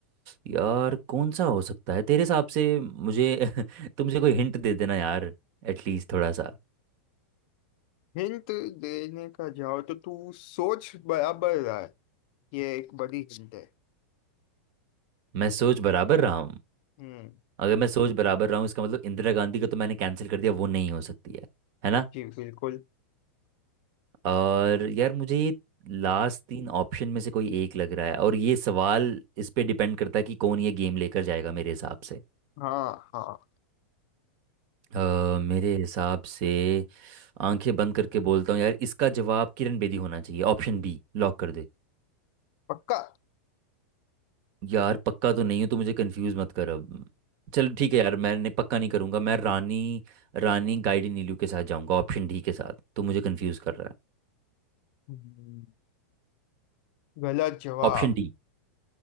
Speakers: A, on the right; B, on the left.
A: यार कौन सा हो सकता है तेरे हिसाब से मुझे <laughs> तुमसे कोई हिंट दे देना यार एटलीस्ट थोड़ा सा
B: हिंट देने का जाओ तो तू सोच बराबर रहा है ये एक बड़ी हिंट है
A: मैं सोच बराबर रहा हूँ
B: हम्म
A: अगर मैं सोच बराबर रहा हूँ इसका मतलब इंदिरा गांधी का तो मैंने कैंसिल कर दिया वो नहीं हो सकती है है ना।
B: जी बिल्कुल
A: और यार मुझे ये लास्ट तीन ऑप्शन में से कोई एक लग रहा है और ये सवाल इस पे डिपेंड करता है कि कौन ये गेम लेकर जाएगा मेरे हिसाब से
B: हाँ हाँ
A: अ, मेरे हिसाब से आंखें बंद करके बोलता हूँ यार इसका जवाब किरण बेदी होना चाहिए ऑप्शन बी लॉक कर दे
B: पक्का
A: यार पक्का तो नहीं हूँ तो मुझे कंफ्यूज मत कर अब चल ठीक है यार मैंने पक्का नहीं करूंगा मैं रानी रानी गाइडी नीलू के साथ जाऊंगा ऑप्शन डी के साथ तो मुझे कंफ्यूज कर रहा है
B: हम्म, गलत जवाब
A: Option D